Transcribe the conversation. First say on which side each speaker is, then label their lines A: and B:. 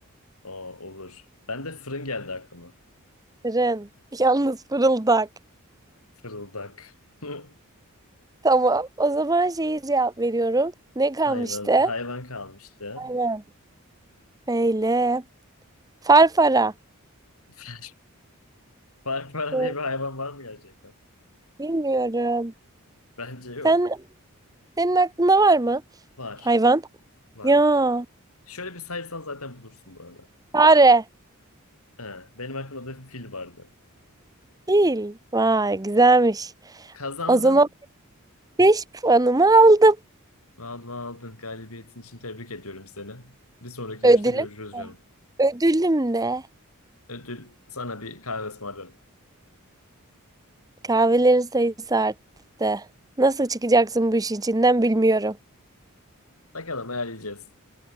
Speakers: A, on the left; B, on the right.
A: O olur. Ben de fırın geldi aklıma.
B: Fırın. <laughs> Yalnız fırıldak.
A: Fırıldak. Hı.
B: Tamam. O zaman şeyi cevap veriyorum. Ne kalmıştı?
A: Hayvan, hayvan kalmıştı.
B: Aynen. Böyle. Farfara.
A: <laughs> Farfara
B: Hı,
A: diye bir hayvan var mı gerçekten?
B: Bilmiyorum.
A: Bence yok.
B: Sen, senin aklında var mı?
A: Var.
B: Hayvan.
A: Var
B: Ya.
A: var. Şöyle bir saysan zaten bulursun bu arada.
B: Fare.
A: He, benim aklımda da fil vardı.
B: Değil. Vay güzelmiş.
A: Kazandın.
B: O zaman 5 puanımı aldım.
A: Vallahi aldın. Galibiyetin için tebrik ediyorum seni. Bir sonraki
B: Ödülüm.
A: yarışta görüşürüz
B: Hı.
A: canım.
B: Ödülüm de
A: Ödül sana bir kahve ısmarlarım.
B: kahvelerin sayısı arttı. Nasıl çıkacaksın bu işin içinden bilmiyorum.
A: Bakalım ayarlayacağız.